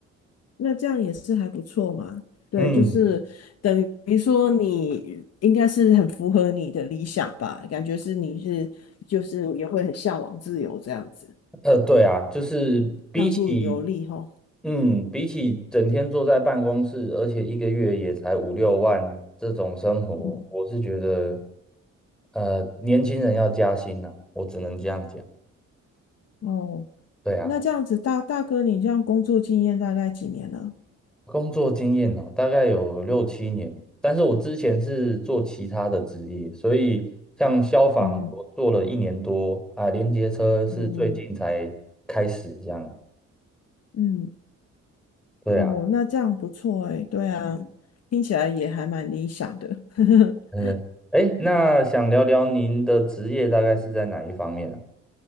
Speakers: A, on the left; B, in the centre.
A: 那这样也是还不错嘛。对，
B: 嗯，
A: 就是等于说你应该是很符合你的理想吧，感觉是你是就是也会很向往自由这样子，
B: 呃，对啊，就是比起，
A: 到处游历吼。
B: 嗯，比起整天坐在办公室，而且一个月也才五六万这种生活，
A: 嗯，
B: 我是觉得，呃，年轻人要加薪呐，我只能这样讲。
A: 哦。
B: 对啊，
A: 那这样子，大大哥，你这样工作经验大概几年了？
B: 工作经验哦，大概有六七年，但是我之前是做其他的职业，所以像消防我做了一年多啊，
A: 嗯嗯，
B: 连接车是最近才开始这样。
A: 哦嗯，
B: 对啊，
A: 哦，那这样不错哎，对啊，听起来也还蛮理想的。<laughs>
B: 嗯，哎，那想聊聊您的职业大概是在哪一方面啊？